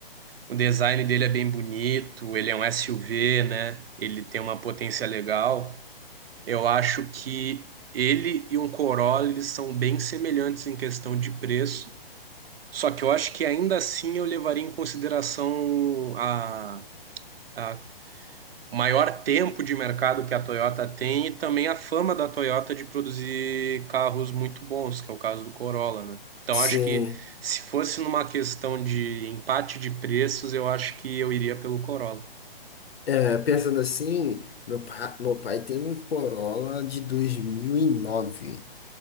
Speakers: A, on the right; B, on the left.
A: O design dele é bem bonito, ele é um SUV, né? Ele tem uma potência legal. Eu acho que ele e um Corolla, eles são bem semelhantes em questão de preço. Só que eu acho que ainda assim eu levaria em consideração a, a maior tempo de mercado que a Toyota tem e também a fama da Toyota de produzir carros muito bons, que é o caso do Corolla, né? Então
B: Sim.
A: acho que se fosse numa questão de empate de preços, eu acho que eu iria pelo Corolla.
B: É, pensando assim, meu pai, meu pai tem um Corolla de 2009.